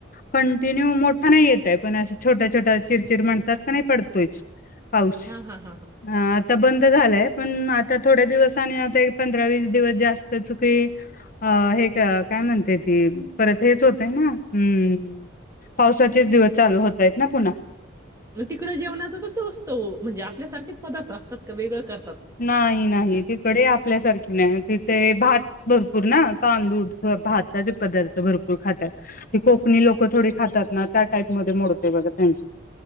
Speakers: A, on the left; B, on the right.
A: कंटिन्यू मोठा नाही येतयं पण असं छोट्या छोट्या चिरचिर म्हणतात का नाही पडतोयचं. पाऊस
B: हां, हां, हां, हां.
A: ह आता बंद झालंय पण आता थोड्या दिवस आणि आता एक पंधरा वीस दिवस जास्त चुकी अ हे का काय म्हणते ती परत हेच होतय ना हम् पावसाचेच दिवस चालू होतय ना पुन्हा
B: मग तिकडं जेवणाच कसं असतं वं म्हणजे आपल्याारखेच पदार्थ असतात का वेगळं कर.
A: नाही नाही तिकडे आपल्यासारखं. नाही तिथे भात भरपूर ना तांदूळ भाताचे पदार्थ भरपूर खातात. ते कोकणी लोक थोडी खातात ना त्या टाईप मोडते बघा त्यांच